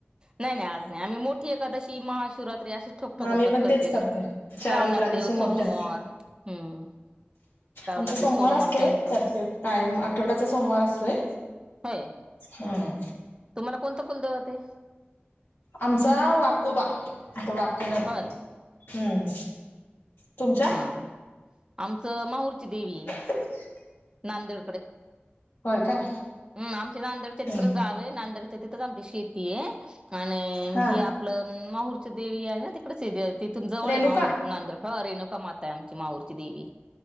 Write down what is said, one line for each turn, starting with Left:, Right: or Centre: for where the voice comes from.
Right: नाही नाही आज नाही आम्ही मोठी एकादशी महाशिवरात्री असे ठोकठोक
Left: आम्ही
Right: उपास
Left: पण
Right: करतेस
Left: तेच करते चारो
Right: श्रावणातले
Left: एकादशी मोठ्या
Right: सोमवार हम्म. श्रावणातले
Left: आमचा सोमवार
Right: सोमवारच्या
Left: असतोय
Right: नंतर
Left: तरफे कायम आठवड्याचा सोमवार असतोय.
Right: होय
Left: हंम.
Right: तुम्हाला कोणतं कुलदैवत ये.
Left: आमचा वाकोबा आता वाकन
Right: होय
Left: हम्म <inaudible> तुमच्या
Right: हा आमचं माहुरची देवी
Left: ह <inaudible>
Right: नांदेडकडे
Left: काय
Right: हम्म आमच्या नांदेडच्या तिकड
Left: हम्म
Right: गाव आहे. नांदेडच्या तिथच आमची शेती आहे आणि
Left: हा
Right: हे आपलं माहूरची देवी आहे ना तिकडेच तिथून जवळ
Left: रेणुका
Right: आहे माहूर, नांदूड ह रेणुका माता आहे. आमची माहूरची देवी